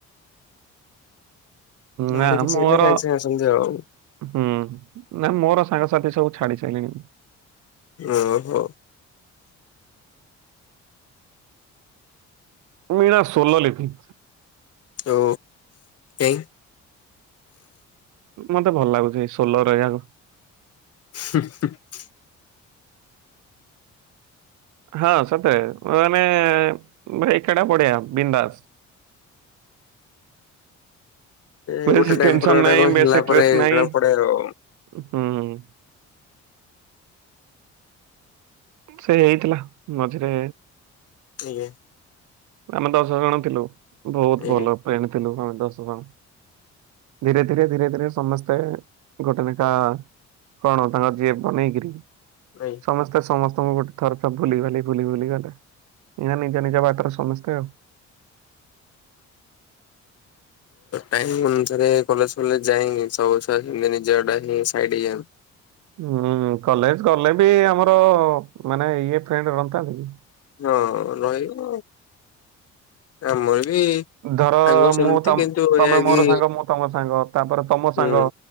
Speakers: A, on the left; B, on the right.
A: କାହାର
B: ନା
A: କିଛି
B: ମୋର
A: ହେଲେ ସାଙ୍ଗେ ସାଙ୍ଗେ ଆସନ୍ତି ଆଉ।
B: ହୁଁ ନାଇ ମୋର ସାଙ୍ଗସାଥି ସବୁ ଛାଡି ସାଇଲିଣି।
A: ଓ ହୋ।
B: ମୁଁ ଏଇନା ସୋଲ ଲେଖି
A: ଓ ଏଁ
B: ମତେ ଭଲ ଲାଗୁଚି ସୋଲୋ ରହିବାକୁ।
A: <unintelligible>
B: ହଁ ସତେ ମାନେ ବଟ ଏକା ଟା ବଢିଆ ବିନ୍ଦାସ।
A: ଏ
B: ବେସି
A: ଗୋଟେ ଟାଇମ
B: ଟେନ୍ସନ
A: ପରେ ଗୋଟେ
B: ନାହିଁ
A: କଣ ହେଲା
B: ବେସ ଷ୍ଟ୍ରେସ
A: ପରେ
B: ନାହିଁ।
A: ଜଣା ପଡେ ଆଉ
B: ହୁଁ। ସେ ହେଇଥିଲା ମଝିରେ
A: <unintelligible>
B: ଆମେ ଦଶ ଜଣ ଥିଲୁ ବହୁତ
A: ଆଜ୍ଞା
B: ଭଲ ଫ୍ରେଣ୍ଡ ଥିଲୁ ହଁ ଦଶ ଜଣ। ଧୀରେ ଧୀରେ ଧୀରେ ସମସ୍ତେ ଗୋଟେ ଲେଖା କଣ ତାଙ୍କ ଜି ଏଫ୍ ବନେଇକିରି?
A: ନାଇଁ।
B: ସମସ୍ତେ ସମସ୍ତଙ୍କୁ ଗୋଟେ ଥରକେ ଭୁଲି ଗଲେ ଭୁଲି ଭୁଲି ଗଲେ ଗଲେ ଏଇନା ନିଜ ନିଜ ବାଟରେ ସମସ୍ତେ ଆଉ।
A: ଟାଇମ୍ ଅନୁସାରେ କଲେଜ ଫଲେଜ ଯାଇଁନି ସବୁ ଛୁଆ ନିଜଆଡୁ ହିଁ ସାଇାଡ୍ ହେଇଯାନ୍ତି।
B: ହୁଁ କଲେଜ ଗଲେ ବି ଆମର ମାନେ ଇଏ ଫ୍ରେଣ୍ଡ ନଥାନ୍ତା କି?
A: ହଁ ରହିବ ଆମର ବି
B: ଧର
A: ସାଙ୍ଗ ସେମିତି
B: ମୁଁ ତମେ
A: କିନ୍ତୁ ଏଇଆ କି
B: ମୋର ସାଙ୍ଗ ମୁଁ ତମ ସାଙ୍ଗ ତାପରେ ତମ
A: ହୁଁ
B: ସାଙ୍ଗ